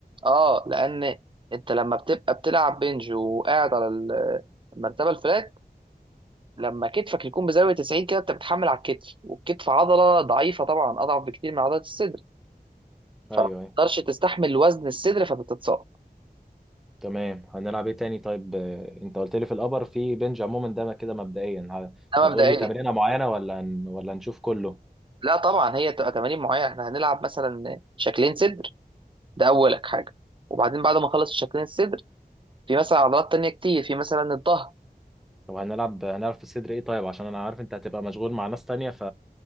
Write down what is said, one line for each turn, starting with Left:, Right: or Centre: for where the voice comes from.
Right: اه لان انت لما بتبقى بتلعب بنج وقاعد على ال- المرتبه الفلات لما كتفك يكون بزاويه 90 كده انت بتحمل على الكتف والكتف عضله ضعيفه طبعا اضعف بكتير من عضله الصدر
Centre: ايوه
Right: فما
Centre: أيوة.
Right: تقدرش تستحمل وزن الصدر فبتتصاب
Centre: تمام هنلعب ايه تاني طيب آه، انت قلت لي في الابر في بنج عموما ده كده مبدئيا ه-
Right: ده
Centre: هتقول
Right: مبدئيا
Centre: لي تمرينه معينه ولا هن... ولا نشوف كله
Right: لا طبعا هي تبقى تمارين معينه احنا هنلعب مثلا شكلين صدر ده اولك حاجه وبعدين بعد ما نخلص الشكلين الصدر في مثلا عضلات تانية كتير في مثلا الظهر
Centre: طب هنلعب هنلعب في الصدر ايه طيب عشان انا عارف انت هتبقى مشغول مع ناس تانية ف